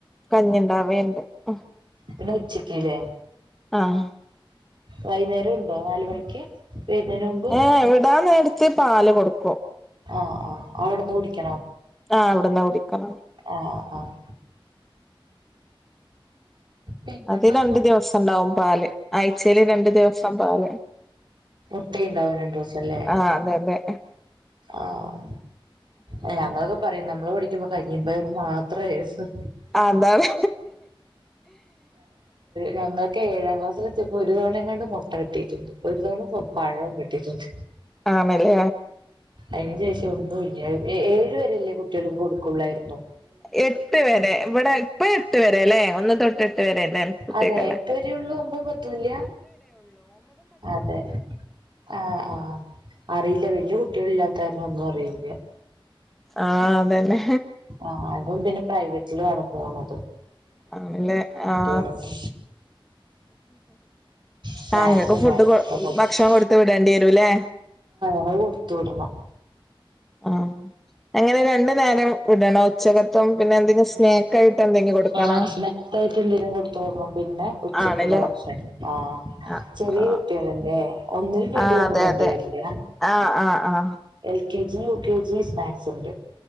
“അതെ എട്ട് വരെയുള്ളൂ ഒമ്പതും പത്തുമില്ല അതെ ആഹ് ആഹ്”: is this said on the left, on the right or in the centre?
Right